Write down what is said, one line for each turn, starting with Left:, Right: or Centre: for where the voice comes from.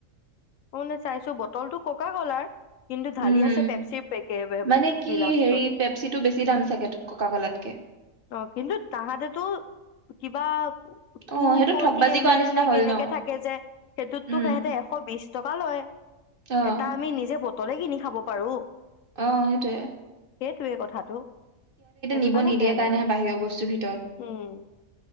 Left: অনে চাইছো বটলটো ককা কলাৰ। কিন্তু ঢালি
Right: উম
Left: আছে পেপচিৰ পেকে
Right: মানে কি
Left: গিলাচটোত
Right: হেৰি পেপচিটো বেছি দাম চাগে ককা কলাতকে
Left: অ কিন্তু তাহাঁতেতো। কিবা,
Right: অ
Left: টু
Right: সেইটো
Left: ফৰটি
Right: ঠগবাজি
Left: এম
Right: কৰা
Left: এল
Right: নিচিনা
Left: নে
Right: হ'ল
Left: কেনেকে
Right: ন
Left: থাকে যে সেইটোত।
Right: উম
Left: তো সেহঁতে এশ বিশ। টকা লয়।
Right: অ
Left: এটা আমি নিজে ব ত তলে কিনি খাব পাৰো।
Right: অ সেইটোৱে।
Left: সেইটোৱে কথাটো। সেইটো
Right: নিব
Left: কাৰণে
Right: নিদিয়ে
Left: বেয়া
Right: কাৰণেহে
Left: লাগে
Right: বাহিৰৰ বস্তুৰ ভিতৰত
Left: উম